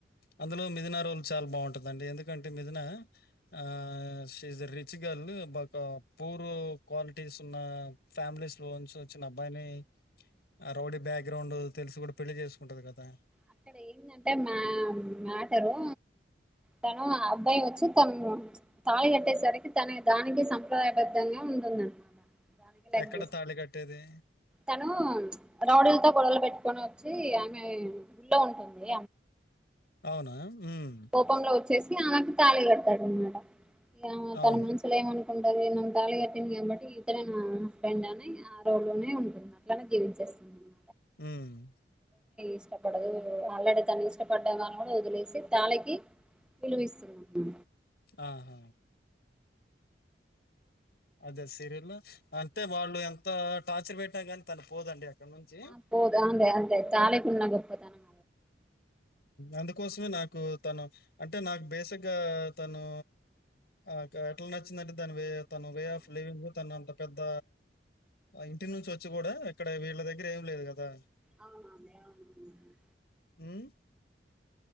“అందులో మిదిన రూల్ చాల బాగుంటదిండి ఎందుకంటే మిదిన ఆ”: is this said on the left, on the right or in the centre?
Left